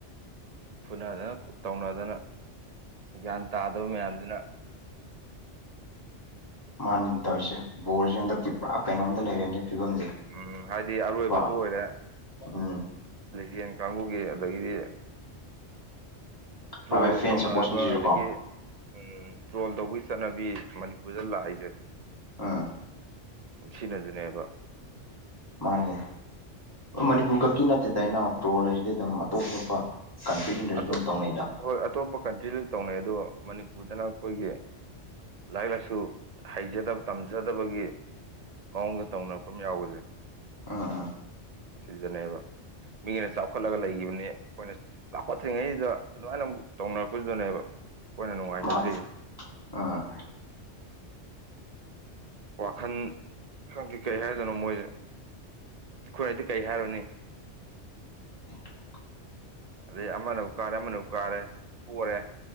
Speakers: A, on the right (about 40°); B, on the left (about 20°).
A: ꯐꯨꯅꯗꯅ ꯇꯧꯅꯗꯅ ꯒ꯭ꯌꯥꯟ ꯇꯥꯗꯕ ꯃꯌꯥꯝꯁꯤꯅ
B: ꯃꯥꯅꯤꯅꯦ ꯇꯧꯔꯤꯁꯦ ꯕꯣꯜꯁꯦ ꯍꯟꯗꯛꯇꯤ ꯄꯨꯔꯥ ꯀꯩꯅꯣꯝꯗ ꯂꯩꯔꯦꯅꯦ ꯐꯤꯕꯝꯁꯦ
A: ꯎꯝ ꯍꯥꯏꯗꯤ ꯑꯔꯣꯏꯕꯁꯨ
B: ꯀꯣ
A: ꯑꯣꯏꯔꯦ
B: ꯎꯝ
A: ꯌꯦꯟ ꯀꯥꯡꯕꯨꯒꯤ ꯑꯗꯒꯤꯗꯤ ꯇ꯭ꯔꯣꯜ
B: ꯃꯥꯏ ꯃꯥꯏ ꯐꯦꯟ
A: ꯇꯧꯅꯕ
B: ꯁꯞꯄꯣꯔꯠꯁꯤꯡꯁꯤꯁꯨꯀꯣ
A: ꯑꯗꯒꯤ ꯎꯝ ꯇ꯭ꯔꯣꯜ ꯇꯧꯕꯒꯤ ꯆꯠꯅꯕꯤ ꯃꯅꯤꯄꯨꯔꯗ ꯂꯥꯛꯏꯁꯦ
B: ꯑꯥ
A: ꯁꯤꯅꯁꯨꯅꯦꯕ
B: ꯃꯥꯅꯦ ꯃꯅꯤꯄꯨꯔ ꯈꯛꯀꯤ ꯅꯠꯇꯦꯗ ꯏꯅꯥꯎ ꯇ꯭ꯔꯣꯜ ꯍꯥꯏꯁꯤꯗꯤ ꯑꯗꯨꯝ ꯑꯇꯣꯞ ꯑꯇꯣꯞꯄ ꯀꯟꯇ꯭ꯔꯤꯁꯤꯡꯗꯁꯨ
A: ꯑꯗꯣ
B: ꯑꯗꯨꯝ ꯇꯧꯅꯩꯗ
A: ꯍꯣꯏ ꯑꯇꯣꯞꯄ ꯀꯟꯇ꯭ꯔꯤꯗ ꯇꯧꯅꯩ ꯑꯗꯣ ꯃꯅꯤꯄꯨꯔꯗꯅ ꯑꯩꯈꯣꯏꯒꯤ ꯂꯥꯏꯔꯤꯛ ꯂꯥꯏꯁꯨ ꯍꯩꯖꯗꯕ ꯇꯝꯖꯗꯕꯒꯤ ꯃꯑꯣꯡꯗ ꯇꯧꯅꯔꯛꯄ ꯑꯃ ꯌꯥꯎꯕꯁꯦ
B: ꯑꯥ ꯑꯥ
A: ꯁꯤꯗꯅꯦꯕ ꯃꯤꯅ ꯆꯥꯎꯈꯠꯂꯒ ꯂꯩꯈꯤꯕꯅꯦ ꯑꯩꯈꯣꯏꯅ ꯆꯥꯎꯈꯠꯇ꯭ꯔꯤꯉꯩꯁꯤꯗ ꯑꯗꯨꯃꯥꯏꯅ ꯑꯃꯨꯛ ꯇꯧꯅꯔꯛꯄꯁꯤꯗꯅꯦꯕ ꯑꯩꯈꯣꯏꯅ ꯅꯨꯡꯉꯥꯏꯖꯗ꯭ꯔꯤꯁꯦ
B: ꯃꯥꯅꯤ
A: <inaudible>
B: ꯎꯝ
A: ꯋꯥꯈꯟ ꯈꯪꯗꯦ ꯀꯔꯤ ꯍꯥꯏꯗꯣꯏꯅꯣ ꯃꯣꯏꯁꯦ ꯑꯩꯈꯣꯏꯅꯗꯤ ꯀꯩ ꯍꯥꯏꯔꯨꯅꯤ
B: <inaudible>
A: ꯑꯗꯩ ꯑꯃꯅꯕꯨ ꯀꯥꯔꯦ ꯑꯃꯅꯕꯨ ꯀꯥꯔꯦ ꯄꯣꯔꯦ